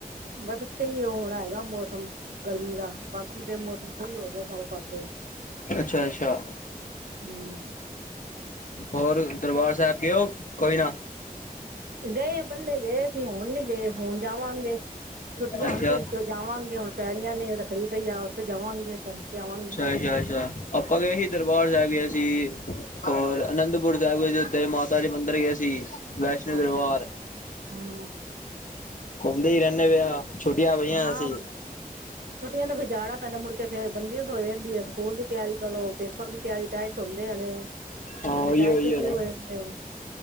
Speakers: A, on the right; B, on the left.
A: ਬਸ ਏਥੇ ਈ ਹੋਰ ਹੈਗਾ ਮੌਸਮ। ਗਰਮੀ ਦਾ ਬਾਕੀ ਤੇ ਮੌਸਮ ਸਹੀ ਹੋ ਗਿਆ ਸਾਰੇ ਪਾਸੇ।
B: ਅੱਛਾ- ਅੱਛਾ
A: ਹਮ,
B: ਹੋਰ ਦਰਬਾਰ- ਸਾਹਿਬ ਗਏ ਹੋ ਕੋਈ ਨਾ?
A: ਗਏ ਪਹਿਲੇ ਗਏ ਸੀ ਹੁਣ ਨੀ ਗਏ। ਹੁਣ ਜਾਵਾਂਗੇ ਛੁੱਟੀਆਂ
B: ਅੱਛਾ
A: ਹੋਣਗੀਆਂ ਵਿੱਚੋਂ ਜਾਵਾਂਗੇ ਹੁਣ। ਪੈਣੀਆਂ ਨੇ ਉਹ ਤਾਂ ਖਰੀਦ ਹੀ ਆ ਉੱਥੇ ਜਾਵਾਂਗੇ ਘੁੰਮ। ਕੇ ਆਵਾਂਗੇ
B: ਅੱਛਾ -ਅੱਛਾ -ਅੱਛਾ ਆਪਾਂ ਗਏ ਸੀ ਦਰਬਾਰ ਸਾਹਿਬ ਗਏ ਸੀ। ਹੋਰ ਅਨੰਦਪੁਰ ਸਾਹਿਬ ਏ ਉੱਥੇ ਮਾਤਾ ਦੇ ਮੰਦਿਰ ਗਏ ਸੀ। ਵੈਸ਼ਨੋ
A: ਅੱਛਾ
B: ਦਰਬਾਰ
A: ਹਮ,
B: ਘੁੰਮਦੇ ਹੀ ਰਹਿੰਦੇ ਪਏ ਆ। ਛੁੱਟੀਆਂ ਪਈਆਂ
A: ਹਾਂ।
B: ਅਸੀਂ
A: ਛੁੱਟੀਆਂ ਨੇ ਫਿਰ ਜਾਣਾ ਪੈਂਦਾ ਮੁੜਕੇ ਫੇਰ ਬੰਦਿਸ ਹੋ ਜਾਂਦੀ ਏ। ਸਕੂਲ ਦੀ ਤਿਆਰੀ ਕਰਲੋ, ਪੇਪਰ ਦੀ ਤਿਆਰੀ ਟਾਈਟ, ੋਂਦੇ ਆਣੇ
B: ਹਾਂ
A: ਫਿਰ
B: ਉਹੀ
A: ਟੇਸਟ
B: ਉਹੀ ਹੋਣਾ
A: ਸ਼ੁਰੂ ਹੋ ਜਾਂਦੇ ਆ,